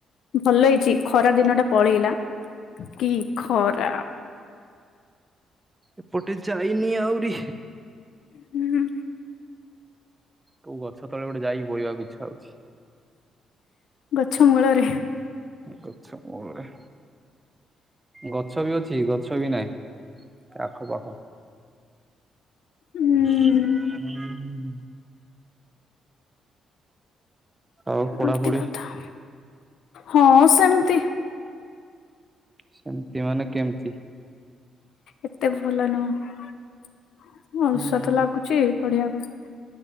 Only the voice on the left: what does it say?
ଭଲ ହେଇଛି ଖରା ଦିନ ଟା ପଳେଇଲା କି ଖରା
ହୁଁ।
ଗଛ ମୁଳରେ।
ହୁଁ
ଏମିତି
ଏମିତି କଥା ହଁ ସେମିତି
ଏତେ ଭଲ ନୁହ ଅଳସ
ତ ଲାଗୁଛି ପଢିବାକୁ।